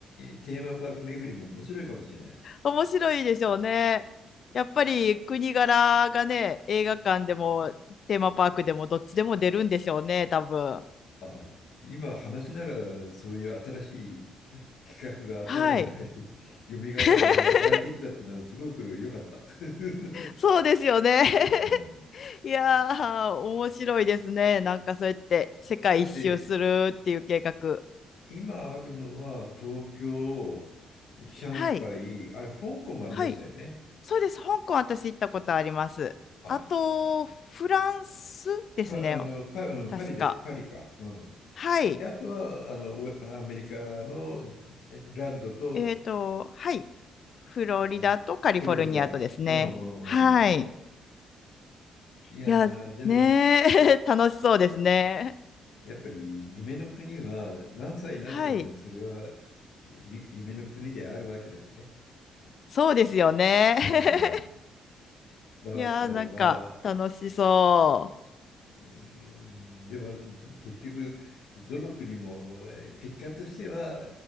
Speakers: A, on the left; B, on the left.
A: ーテーマパーク巡りも面白いかもしれない。
B: 面白いでしょうね。やっぱり国柄がね、
A: い
B: 映画館でもテーマパークでもどっちでも出るんでしょうね、多分。
A: あ、今話しながらそういう新しい企画が頭の中に
B: はい。
A: <laughs> よみがえ、
B: <laughs>
A: あの、湧いてきたってのはすごく良かった。<laughs>
B: そうですよね。
A: うん、
B: <laughs> いやー、面白いですね。なんかそうやって世界一周するっていう計画。
A: だって今あるのは東京、上海、
B: はい。
A: あれ香港もありましたよね。
B: はい。そうです。香港私行ったことあります。
A: あ、
B: あと、フランスですね。
A: パ、あの、パ、うん、
B: 確か。
A: パリで、パリか。うん。
B: はい。
A: で、あとは、あの、おアメリカのえランドと、
B: えっと、はい。フロリダとカリフォルニアとですね。
A: あの、フロリダ。うんうんうんうん。
B: はい。
A: いやー、
B: いや、
A: でも、
B: ねー <laughs> 楽しそうですね。
A: やっぱり夢の国は何歳になってもそれは
B: はい。
A: ゆ夢の国であるわけだしね。
B: そうですよね。
A: うん。
B: <laughs>
A: だからまあ、
B: いやー、なんか楽しそう。
A: えーでも結局、どの国もえー結果としてはあ